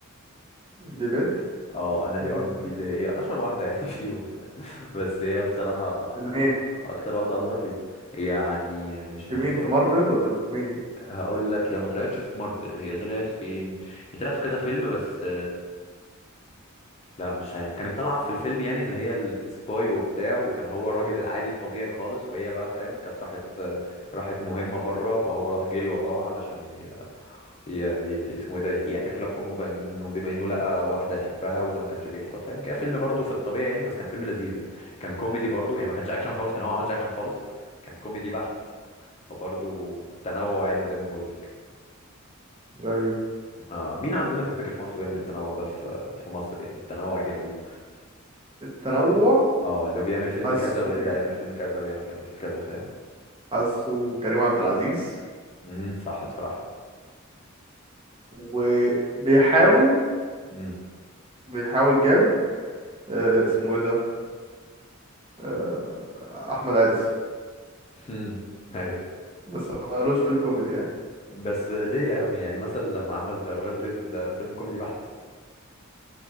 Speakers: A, on the right; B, on the left.
A: دي بنت
B: اه انا
A: <laughs>
B: دي ارمز دي اللي هي اشهر واحده يعني <laughs> فيهم فاهم بس هي بصراحه
A: منين
B: اكتر واحده اموره فيهم يعني مش
A: في
B: عارف
A: مين في مارفل ولا في مين
B: هقول لك هي ما طلعتش في مارفل هي طلعت فين هي طلعت في كذا فيلم بس لا مش عارف كانت طالعة في الفيلم يعني ان هي السباي وبتاع وكان هو الراجل العادي الطبيعي خالص وهي بقى فاهم كانت راحت راحت مهمة بره فهو راح جري وراها علشان ي... ي... ي... اسمه ايه ده يعترف لها بحبه بما انه بما انه لقى واحدة يحبها وده ما كانش بيحصل فاهم كده فيلم برضه في الطبيعي يعني بس كان فيلم لذيذ يعني كان كوميدي برضه يعني ما كانش اكشن خالص يعني هو ما عملش اكشن خالص كان كوميدي بحت فبرضه التنوع يعني زي ما بقول لك
A: ايوه
B: آه مين عندنا تفتكر في مصر بيعمل التنوع ده في في مصر يعني التنوع الجميل
A: التنوع
B: اه اللي بيعمل فيلم
A: حاسه
B: كذا ويرجع يعمل فيلم كذا ويرجع يعمل فيلم كذا فاهم
A: حاسه كريم عبد العزيز
B: امم صح بصراحة
A: وبيحاول
B: امم
A: بيحاول جامد آه، اسمه ايه ده آه، احمد عز
B: <laughs> ايوه
A: بس مالوش في الكوميدي يعني
B: بس ليه يا عمي يعني مثلا لما عمل ولاد رزق ده فيلم كوميدي بحت